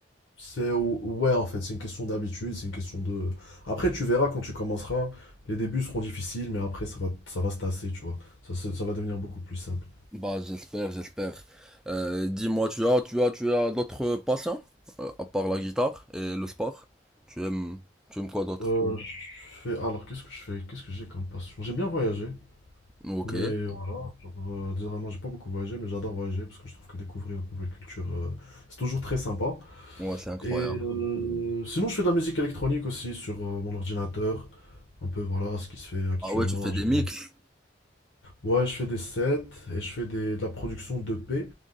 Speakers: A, on the left; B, in the centre.
A: C'est ou- ouais, en fait, c'est une question d'habitude, c'est une question de. Après, tu verras quand tu commenceras, les débuts seront difficiles, mais après, ça va, ça va se tasser, tu vois. Ça, se- ça va devenir beaucoup plus simple.
B: Bah, j'espère, j'espère. Euh, dis-moi, tu as, tu as, tu as d'autres passions, euh, à part la guitare et le sport? Tu aimes, tu aimes quoi d'autre?
A: Euh, je fais... Alors, qu'est-ce que je fais? Qu'est-ce que j'ai comme passion? J'aime bien voyager,
B: Ok.
A: mais voilà. Genre, euh, généralement, j'ai pas beaucoup voyagé, mais j'adore voyager parce que je trouve que découvrir de nouvelles cultures, euh, c'est toujours très sympa.
B: Ouais, c'est incroyable.
A: Et euh, sinon, je fais de la musique électronique aussi sur euh, mon ordinateur. Un peu, voilà, ce qui se fait actuellement.
B: Ah ouais, tu fais
A: genre,
B: des mix.
A: Ouais, je fais des sets et je fais des, de la production 2P,